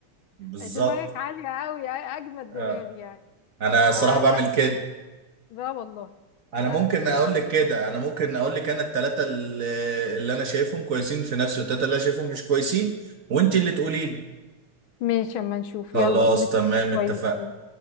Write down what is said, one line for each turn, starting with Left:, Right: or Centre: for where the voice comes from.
Right: بالظبط
Left: ايه دماغك عاليه قوي اجمد دماغ
Right: آه.
Left: يعني
Right: انا الصراحه
Left: فلا
Right: بعمل كده
Left: لا والله
Right: انا
Left: لا
Right: ممكن
Left: انا دايما
Right: اقول لك كده انا ممكن اقول لك انا الثلاثه اللي اللي انا شايفهم كويسين في نفسي والثلاثه اللي انا شايفهم مش كويسين وانت اللي تقولي لي
Left: ماشي اما نشوف
Right: خلاص
Left: يلا قولي ثلاثه
Right: تمام
Left: كويسين
Right: اتفقنا